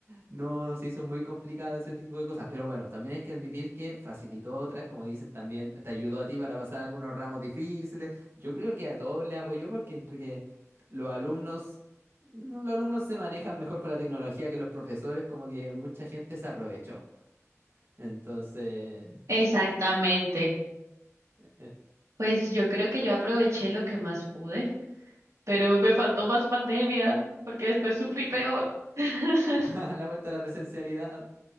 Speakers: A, on the right; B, on the right.
A: no se hizo muy complicado ese tipo de cosas. Pero bueno, también hay que admitir que facilitó otras, como dices también, te ayudó a ti para pasar algunos ramos difíciles. Yo creo que a todos le apoyó porque entre que los alumnos, no, los alumnos se manejan mejor con la tecnología que los profesores, como que mucha gente se aprovechó. Entonces,
B: Exactamente.
A: <laughs>
B: Pues yo creo que yo aproveché lo que más pude, pero me faltó más pandemia, porque después sufrí peor. <laughs>
A: a la vuelta a la presencialidad.